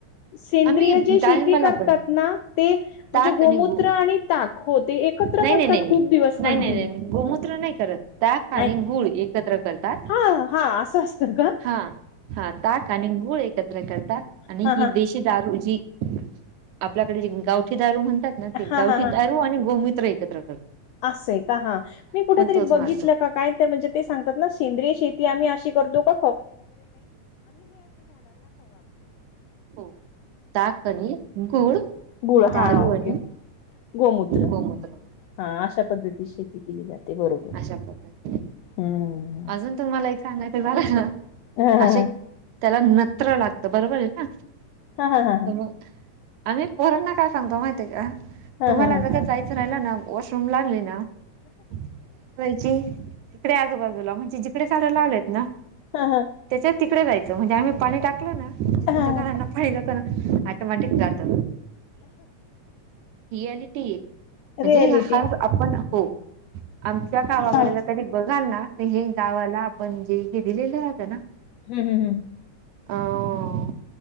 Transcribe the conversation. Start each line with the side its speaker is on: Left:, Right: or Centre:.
Left: सेंद्रिय
Right: आम्ही
Left: जे शेती
Right: डाळिंबाला
Left: करतात
Right: पण
Left: ना ते म्हणजे
Right: ताक
Left: गोमूत्र
Right: आणि गुळ
Left: आणि ताक हो ते एकत्र
Right: नाही
Left: करतात
Right: नाही नाही नाही
Left: खूप दिवस
Right: नाही
Left: कंटिन्यू
Right: नाही नाही नाही गोमूत्र नाही करत ताक आणि
Left: नाही
Right: गुळ एकत्र करते
Left: हा हा असं असतं का
Right: हा हा ताक आणि गूळ एकत्र करतात आणि
Left: हा
Right: ही
Left: हा
Right: देशी दारू जी आपल्याकडे जे गावठी दारू म्हणतात
Left: हा
Right: गावठी
Left: हा
Right: दारू आणि गोमित्र एकत्र कर तत
Left: असंयका हा मी कुठ तरी
Right: तोच
Left: बघितलं
Right: मारतो
Left: का काय म्हणजे ते सांगतात ना सेंद्रय शेती आम्ही अशी करतो. <inaudible>
Right: हो ताक आणि गुळ
Left: गूळ
Right: दारू
Left: हा ओके
Right: आणि
Left: गोमूत्र
Right: गोमूत्र
Left: हा अशा पद्धती शेती केली जाते बरोबर
Right: अशा पद्धती
Left: हम्म
Right: अजून तुम्हाला एक सांगायचं झालं
Left: हा
Right: असे त्याला नत्र लागत बरोबर आहे ना.
Left: हा हा हा हा.
Right: तर आम्ही पोरंना काय सांगतो माहिती आहे का
Left: हा
Right: तुम्हाला
Left: हा हा
Right: गटात जायचं राहिला ना वॉशरूम लागले नाय की तिकडे आजूबाजू ला म्हणजे जिकडे काड्या लावल्या आहेतना.
Left: हा हा.
Right: त्याच्या तिकडे जायचं म्हणजे आम्ही पाणी टाकलं ना
Left: हा हा
Right: झाडांना पाणी जातना. टमाटित जात रियालिटी म्हणजे
Left: रियालिटी
Right: हव आपण हो आमच्या गावाकडे
Left: हा
Right: कधी बघाल ना तर हे गावाला आपण जे हे दिलेलं राहतं ना
Left: हम्म, हम्म, हम्म.
Right: ह.